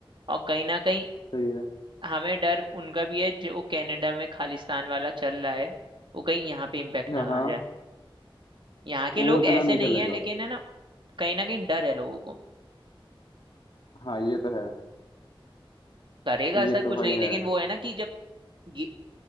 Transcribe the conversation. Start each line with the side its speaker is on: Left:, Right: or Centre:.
Right: और कहीं ना कहीं
Left: सही है
Right: हमें डर उनका भी है जो वो कनाडा में खालिस्तान वाला चल रहा है वो कहीं यहाँ पे इम्पेक्ट ना
Left: हाँ
Right: आ जाए यहाँ के
Left: वो
Right: लोग
Left: इतना
Right: ऐसे
Left: नहीं
Right: नहीं
Left: चलेगा
Right: है लेकिन है ना कहीं ना कहीं डर है लोगों को
Left: हाँ ये तो है
Right: करेगा असर
Left: ये तो
Right: कुछ
Left: भाई
Right: नहीं लेकिन
Left: है
Right: वो है ना कि जब घी-